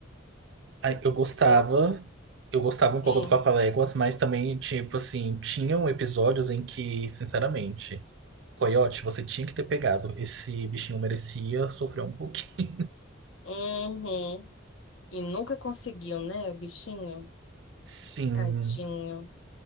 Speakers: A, on the right (about 65°); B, on the left (about 75°).
A: Ai, eu gostava,
B: Todo.
A: eu gostava um pouco
B: Hum.
A: do Papaléguas, mas também, tipo assim, tinham episódios em que, sinceramente, Coyote, você tinha que ter pegado. Esse bichinho merecia sofrer um pouquinho.
B: Uhum. E nunca conseguiu, né, bichinho?
A: Sim.
B: Tadinho.